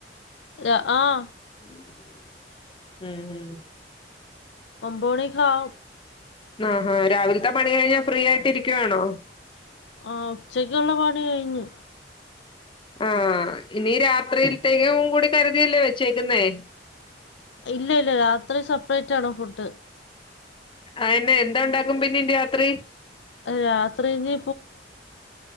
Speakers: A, on the left (about 80°); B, on the left (about 30°).
A: അ ആഹ
B: ഉ <inaudible> ഉം ഉം
A: ഒമ്പത് മണിക്കാവും
B: ആഹഹ രാവിലത്തെ പണി കഴിഞ്ഞാ ഫ്രീ ആയിട്ട് ഇരിക്കുവാണോ
A: ആ ഉച്ചക്കുള്ള പണി കഴിഞ്ഞു
B: ആഹ ഇനി രാത്രിയിലത്തേക്കും കൂടി കരുതില്ലേ വെച്ചേക്കുന്നേ
A: ഇല്ല ഇല്ല രാത്രി സപ്രൈറ്റ് ആണ് ഫുഡ് ട്
B: അയിഎന്താ ഉണ്ടാക്കും പിന്നെ രാത്രി
A: രാത്രി ഇനി